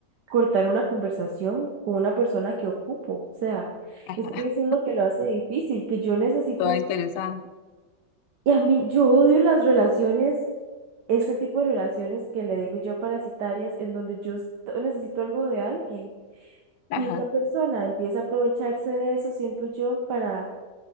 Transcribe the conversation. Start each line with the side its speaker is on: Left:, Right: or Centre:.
Right: cortar una conversación con una persona que ocupo. O sea,
Left: <laughs>
Right: es que eso es lo que lo hace difícil, que yo necesito,
Left: Todo interesante.
Right: y a mí, yo odio las relaciones este tipo de relaciones que le digo yo parasitarias, en donde yo est- necesito algo de alguien
Left: Ajá.
Right: y esa persona empieza a aprovecharse de eso, siento yo, para...